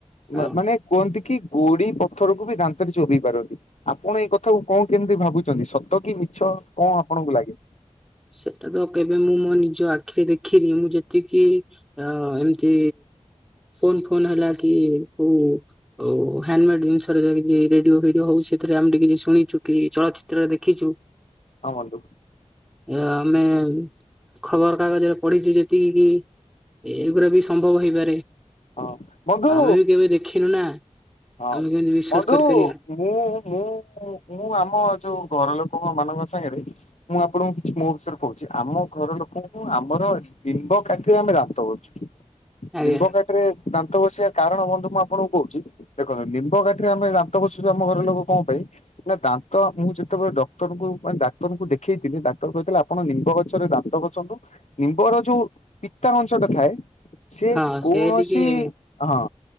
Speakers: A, in the centre; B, on the left.
A: ହଁ
B: ମା-ମାନେ କୁହନ୍ତି କି ଗୋଡି ପଥରକୁ ବି ଦାନ୍ତରେ ଚୋବେଇ ପାରନ୍ତି। ଆପଣ ଏଇ କଥାକୁ କଣ କେମିତି ଭାବୁଚନ୍ତି ସତ କି ମିଛ କଣ ଆପଣଙ୍କୁ ଲାଗେ?
A: ସେଟା ତ କେବେ ମୁଁ ମୋ ନିଜ ଆଖିରେ ଦେଖିନି ମୁଁ ଯେତିକି ଅ- ଏମିତି ଫୋନ୍ -ଫୋନ୍ ହେଲା କି କଉ ଆଉ ହ୍ୟାଣ୍ଡମେଡ୍ ଜିନିଷରେ ରେଡିଓ ଭିଡିଓ ହଉଚି ସେଥିରେ ଆମେ ଟିକେ ଟିକେ କିଛି ଶୁଣିଚୁ କି ଚଳଚିତ୍ରରେ ଦେଖିଚୁ।
B: ହଁ ବନ୍ଧୁ।
A: ଏ-ଆମେ ଖବର କାଗଜରେ ପଢିଚୁ ଯେତିକି କିି ଏଗୁରା ବି ସମ୍ଭବ ହେଇପାରେ
B: ହଁ ବନ୍ଧୁ
A: ତ ଆମେ ବି କେବେ ଦେଖିନୁ ନା।
B: ହଁ
A: ଆମେ କେମିତି ବିଶ୍ବାସ
B: ବନ୍ଧୁ
A: କରିପାରିବା।
B: ମୁଁ- ମୁଁ- ମୁଁ ଆମ ଯଉ ଘର ଲୋକ ମାନଙ୍କ ସାଙ୍ଗେରେ ମୁଁ ଆପଣଙ୍କୁ କିଛି ମୋ ବିଷୟରେ କହୁଚି ଆମ ଘର ଲୋକଙ୍କୁ ଆମର ଏ ନିମ୍ବ କାଠିରେ ଆମେ ଦାନ୍ତ ଘଷିଚୁ।
A: ଆଜ୍ଞା
B: ଲିମ୍ବ କାଠିରେ ଦାନ୍ତ ଘସିବା କାରଣ ବନ୍ଧୁ ମୁଁ ଆପଣଙ୍କୁ କହୁଚି ଦେଖନ୍ତୁ ନିମ୍ବ କାଠି ଆମେ ଦାନ୍ତ ଘସୁଚୁ ଆମ ଘର ଲୋକ କଣ ପାଇଁ ନା ଦାନ୍ତ ମୁଁ ଯେତେବେଳେ ଡକ୍ଟରଙ୍କୁ ମାନେ ଡାକ୍ତରଙ୍କୁ ଦେଖେଇଥିଲି ଡାକ୍ତର କହିଥିଲା ଆପଣ ନିମ୍ବ ଗଛରେ ଦାନ୍ତ ଘସନ୍ତୁ ନିମ୍ବର ଯଉ ପିତା ଅଂଶ ଟା ଥାଏ ସିଏ
A: ହଁ
B: କୌଣସି
A: ସେ ଟିକେ
B: ହଁ